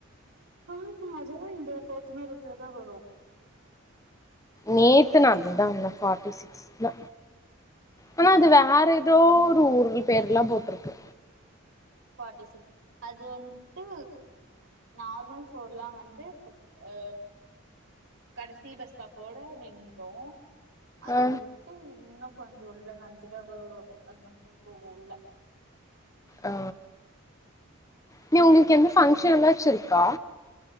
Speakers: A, on the right; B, on the left.
A: ஆமா அதோ இந்த போத்தனாரோத்துலதா வரு
B: நேத்து நா அதுவ தா வந்த ஃபாட்டி சிக்ஸல ஆனா அது வேற ஏதோ ஒரு ஊர்ங்க பேர்ல்லா போட்ருக்கு
A: ஃபோட்டி சிக்ஸ் அது வந்துட்டு நார்மல் ஃபோர்லா வந்து இப்ப அ கடைசி பஸ் ஸ்டாப்போட அப்டியே நின்று அது
B: ஆ
A: வந்துட்டு இன்னு கொஞ்சொ உள்ள <unintelligible> போகோ உள்ள
B: ஆ நீ உங்களுக்கு எந்த ஃபங்க்ஷனாச்சு இருக்கா